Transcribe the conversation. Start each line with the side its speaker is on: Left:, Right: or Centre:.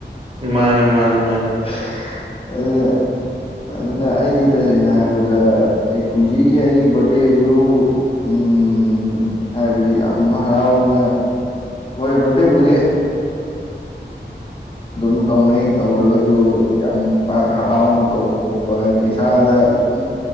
Right: ꯃꯥꯅꯦ ꯃꯥꯅꯦ ꯃꯥꯅꯦ
Left: ꯑꯗꯨ <unintelligible> ꯑꯗꯨꯅ ꯑꯩꯗꯤ ꯇꯁꯦꯡꯅ ꯍꯥꯏꯕꯗ ꯑꯩ ꯄꯨꯟꯁꯤꯒꯤ ꯑꯩꯒꯤ ꯕꯥꯔꯠꯗꯦꯖꯨ ꯎꯝ ꯍꯥꯏꯕꯗꯤ ꯌꯥꯝ ꯍꯔꯥꯎꯅ ꯍꯣꯏ ꯕꯥꯔꯠꯗꯦꯕꯨꯗꯤ ꯑꯗꯨꯝ ꯇꯧꯅꯩ ꯇꯧꯔꯒꯖꯨ ꯌꯥꯝ ꯄꯥꯛ ꯍꯔꯥꯎꯅ ꯇꯧꯕ ꯈꯣꯠꯄ ꯍꯥꯏꯕ ꯏꯁꯥꯗ ꯑꯗꯨꯝ,